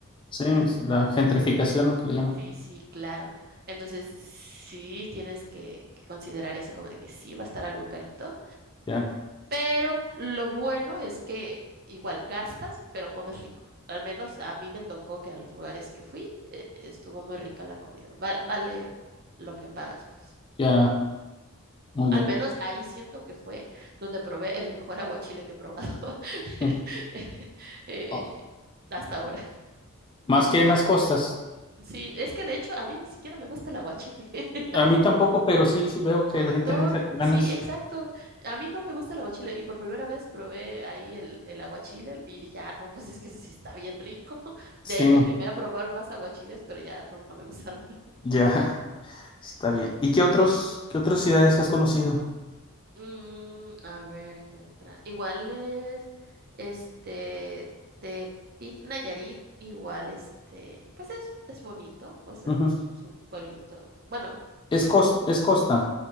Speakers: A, on the left; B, on the right.
A: Sí, es la gentrificación, ¿no? que le llaman.
B: Sí, sí, claro. Entonces, sí tienes que que considerar eso como de que sí va a estar algo carito.
A: Ya,
B: Pero lo bueno es que igual gastas, pero comes rico. Al menos a mí me tocó que a los lugares que fui eh, estuvo muy rica la comida. Va- vale lo que pagas, pues.
A: ya, muy
B: Al
A: bien.
B: menos ahí siento que fue donde probé el mejor <laughs> aguachile que he probado <laughs>
A: Mm.
B: eh,
A: Oh.
B: hasta ahora.
A: Más que en las costas.
B: Sí, es que de hecho a mí ni siquiera me gusta el aguachile. <laughs>
A: A mí tampoco, pero sí, sí veo que la gente
B: No,
A: le entra con ganas.
B: sí, exacto. A mí no me gusta el aguachile y por primera vez probé ahí el, el aguachile y dije, ah, no, pues es que sí está bien rico. <laughs>
A: Sí,
B: De ahí me animé a probar más aguachiles, pero ya no, no me gustaron. <laughs>
A: ya, <laughs> está bien. ¿Y qué otros, qué otras ciudades has conocido?
B: Mm, a ver, ¿qué otra? Igual es, este, Tepic Nayarit, igual, este, pues es, es bonito, o sea,
A: Ujú.
B: pues un pueblito, bueno, sí,
A: Es cos- es costa.